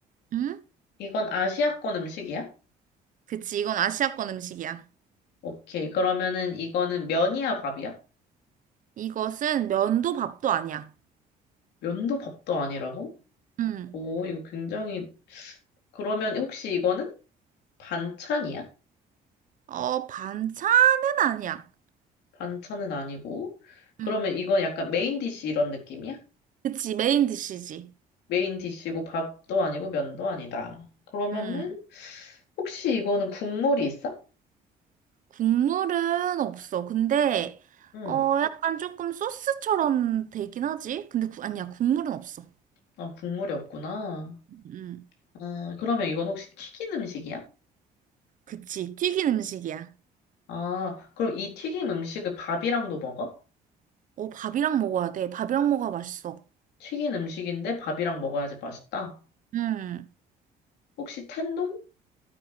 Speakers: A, on the right; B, on the left.
A: 응?
B: 이건 아시아권 음식이야?
A: 그치, 이건 아시아권 음식이야.
B: 오케이. 그러면은 이거는 면이야, 밥이야?
A: 이것은 면도 밥도 아니야.
B: 면도 밥도 아니라고?
A: 응.
B: 오, 이거 굉장히, 그러면 혹시 이거는 반찬이야?
A: 어, 반찬은 아니야.
B: 반찬은 아니고. 그러면
A: 응.
B: 이건 약간 메인 디쉬 이런 느낌이야?
A: 그치, 메인 디시지.
B: 메인 디쉬고 밥도 아니고 면도 아니다. 그러면은,
A: 응.
B: 혹시 이거는 국물이 있어?
A: 국물은 없어. 근데,
B: 응.
A: 어, 약간 조금 소스처럼 되긴 하지. 근데, 구, 아니야, 국물은 없어.
B: 아, 국물이 없구나.
A: 응.
B: 음, 그러면 이건 혹시 튀긴 음식이야?
A: 그치, 튀긴 음식이야.
B: 아, 그럼 이 튀긴 음식을 밥이랑도 먹어?
A: 어, 밥이랑 먹어야 돼. 밥이랑 먹어야 맛있어.
B: 튀긴 음식인데 밥이랑 먹어야지 맛있다.
A: 응.
B: 혹시 텐동?